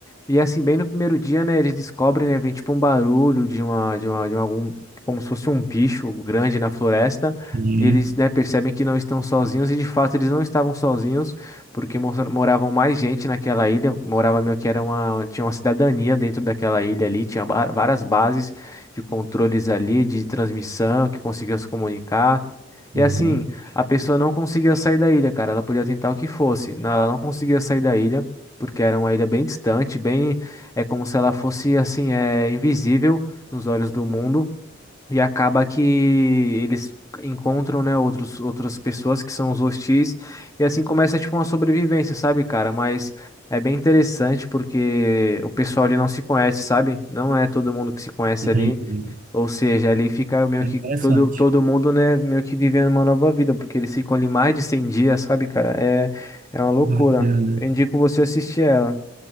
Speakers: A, on the left; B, on the right.
A: E assim, bem no primeiro dia, né, eles descobrem, né, vem tipo um barulho de uma, de uma, de uma- algum, como se fosse um bicho grande na floresta.
B: E,
A: Eles, né, percebem que não estão sozinhos e de fato eles não estavam sozinhos porque mo- moravam mais gente naquela ilha, morava meio que era uma, tinha uma cidadania dentro daquela ilha ali, tinha ba- várias bases de controles ali, de transmissão, que conseguia se comunicar. E
B: uhum,
A: assim, a pessoa não conseguia sair da ilha, cara, ela podia tentar o que fosse, não- ela não conseguia sair da ilha, porque era uma ilha bem distante, bem, é como se ela fosse assim, é invisível nos olhos do mundo. E acaba que eles encontram, né, outros, outras pessoas que são os hostis. E assim começa, tipo, uma sobrevivência, sabe, cara? Mas é bem interessante porque o pessoal ali não se conhece, sabe? Não é todo mundo que se conhece
B: entendi.
A: ali. Ou seja, ali fica meio
B: É
A: que
B: interessante.
A: todo, todo mundo, né, meio que vivendo uma nova vida. Porque eles ficam ali mais de 100 dias, sabe, cara? É, é uma loucura.
B: Doideira, né?
A: Eu indico você assistir ela.